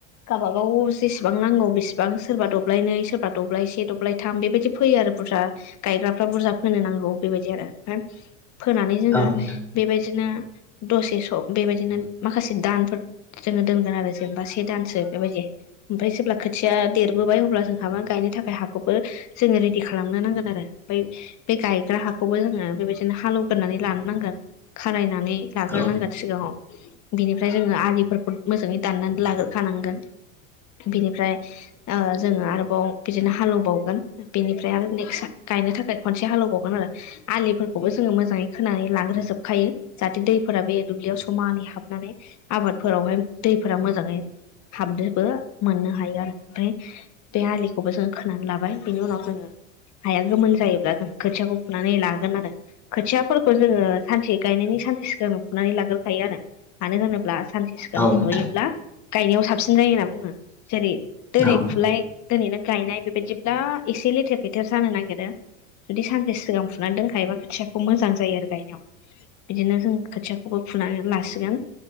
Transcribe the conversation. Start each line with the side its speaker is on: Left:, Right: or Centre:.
Left: गाबागाव जेसेबां नांगौ बेसेबांस सोरबा दब्लायनै सोरबा दब्लायसे दब्लायथाम बेबायदि फोयो आरो बुरजा गायग्राफ्रा बुरजा फोनो नांगौ बेबायदि आरो ओमफ्राय फोनानै जोङो
Centre: औ नोंथां
Left: बेबायदिनो दसे सम बेबायदिनो माखासे दानफोर जोङो दोनगोन आरो जेनेबा से दानसो बेबायदि ओमफ्राय जेब्ला खोथिया देरबोबाय अब्ला जोंहा मा गायनो थाखाय हाखौबो जोङो रेडि खालामनो नांगोन आरो ओमफाय बे गायग्रा हाखौबो जोङो बेबायदिनो हालौवगोरनानै लानो नांगोन खारायनानै लाग्रोनांगोन
Centre: औ नोंथां
Left: सिगाङाव बिनिफ्राय जोङो आलिफोरखौ मोजाङै दाननानै लाग्रो खानांगोन। बिनिफ्राय ओ जोङो आरोबाव बिदिनो हालेवबावगोन बेनिफ्राय आरो नेक्स गायनो थाखाय खनसे हालेवबावगोन आरो आलिफोरखौबो जोङो मोजाङै खोनानै लांग्रो जोबखायो। जाहाथे दैफोरा बे दुब्लियाव समानै हाबनानै आबादफो रावहाय दैफोरा मोजाङै हाबदोबो मोननो हायो आरो ओमफाय बे आलिखौबो जोङो खोनानै लाबाय बेनि उनाव जों हाया गोमोन जायोब्ला जों खोथियाखौ फुनानै लागोन आरो खोथियाफोरखौ जोङो सानसे गायनायनि सानसे सिगां फुनानै लागोरखायो आरो मानो होनोब्ला सानसे सिगां
Centre: औ
Left: फुहोयोब्ला
Centre: नोंथां
Left: गायनायाव साबसिन जायो होनना बुङो जेरै दोनै
Centre: औ नोंथां
Left: फुलाय दोनैनो गायनाय बेबायदिब्ला एसे लेथेर फेथेर जानो नागिरो बीदि सानसे सिगां फुनानै दोनखायोबा खोथियाखौ मोजां जायो आरो गायनायाव बिदिनो जों खोथियाखौबो फुनानै लासिगोन